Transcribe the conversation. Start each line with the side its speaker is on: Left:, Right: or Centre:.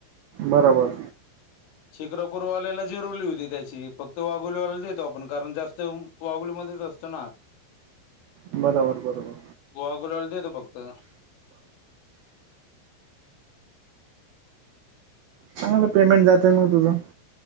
Right: बराबर.
Left: शिक्रापूरवाल्याला जिरवली होती त्याची. फक्त वाघोलीवाल्याला देतो आपण, कारण जास्त वाघुलीमध्येच असतो ना.
Right: बरोबर बरोबर.
Left: गोवा गुलाला देतो फक्त.
Right: चांगलं पेमेंट जातय मग तुझं.